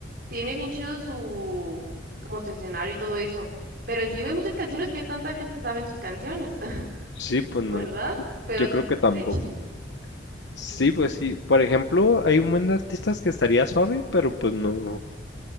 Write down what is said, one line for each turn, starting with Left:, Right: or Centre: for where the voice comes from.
Right: tiene bien chido su, como su escenario y todo eso, pero encima hay muchas canciones que tanta gente se sabe en sus canciones, <laughs>
Left: Sí, pues
Right: ¿verdad?
Left: no,
Right: Pero
Left: yo
Right: sí,
Left: creo que tampoco.
Right: estaría chido.
Left: Sí,
Right: Ujú,
Left: pues sí, por ejemplo, hay un buen de artistas que estaría suave, pero pues no.